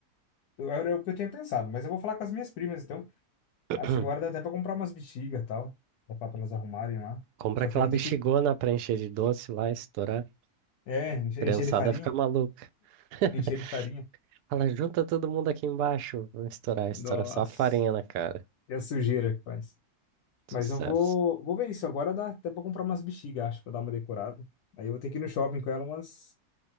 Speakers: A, on the left; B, on the right.
A: eu- era o que eu tinha pensado. Mas eu vou falar com as minhas primas, então
B: <clears throat>
A: acho que agora dá até para comprar umas bexigas e tal, dá para elas arrumarem lá.
B: Compra
A: Só
B: aquela
A: que eu vou
B: bexigona
A: ter que,
B: pra encher de doce lá, estourar.
A: é, encher
B: Criançada
A: de farinha,
B: fica maluca. <laughs>
A: encher de farinha.
B: Fala, junta todo mundo aqui embaixo. Vamos estourar, estoura
A: Nossa,
B: só a farinha na cara.
A: e a sujeira que faz.
B: Sucesso.
A: Mas eu vou, vou ver isso. Agora dá até pra comprar umas bexigas, acho, pra dar uma decorada. Aí eu vou ter que ir no shopping com ela umas